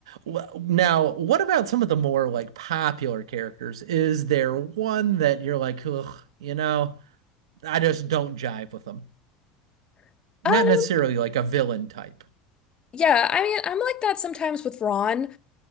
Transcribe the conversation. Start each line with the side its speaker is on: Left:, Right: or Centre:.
Right: wh- now, what about some of the more like popular characters? Is there one that you're like, ugh, you know, I just don't jive with them?
Left: <laughs>
Right: Not
Left: um,
Right: necessarily like a villain type.
Left: yeah, I mean, I'm like that sometimes with Ron.